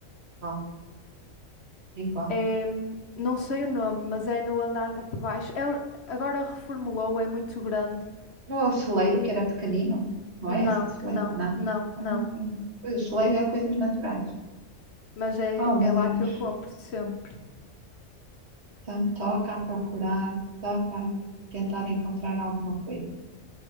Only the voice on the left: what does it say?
É, hum, não sei o nome, mas é no andar de baixo. É, o- agora reformulou, é muito grande.
Não,
não,
não,
não.
Mas é,
é
lá que eu compro sempre.